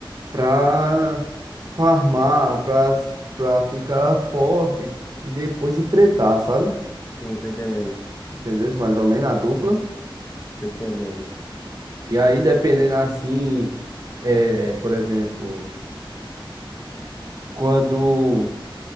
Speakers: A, on the right; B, on the left.
A: pra farmar, pra, pra ficar forte. E depois ir tretar, sabe?
B: sim, tô entendendo.
A: Entendeu? Mais ou menos a dupla.
B: Tô entendendo.
A: E aí, dependendo assim. É, por exemplo, quando.